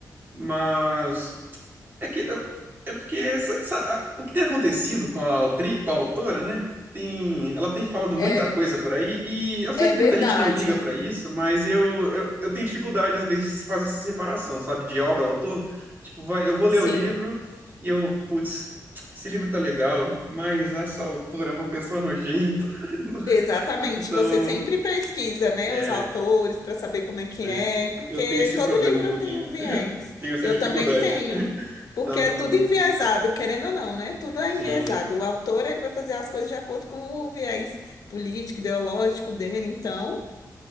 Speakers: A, on the right (about 30°); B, on the left (about 65°).
A: mas é que eu- é porque essa- essa- a- o que tem acontecido com a, autri- com a autora, né? Tem, ela tem falado muita
B: É,
A: coisa por aí, e eu sei
B: é
A: que
B: verdade.
A: muita gente não liga para isso, mas eu, eu, eu tenho dificuldade, às vezes, de fazer essa separação, sabe? De obra, autor. Tipo, vai, eu vou ler
B: Sim.
A: o livro e eu, putz, esse livro tá legal, mas essa autora é uma pessoa nojenta. <laughs>
B: Exatamente,
A: Então,
B: você sempre pesquisa, né,
A: é,
B: os autores para saber como é que
A: é,
B: é, porque
A: eu tenho esse
B: todo
A: problema
B: livro
A: um pouquinho,
B: tem um viés.
A: <laughs> tenho essa
B: Eu
A: dificuldade.
B: também tenho, porque
A: Então,
B: é tudo enviesado, querendo ou não, né? Tudo é
A: sim,
B: enviesado. O autor, ele vai fazer as coisas de acordo com o viés político, ideológico dele, então.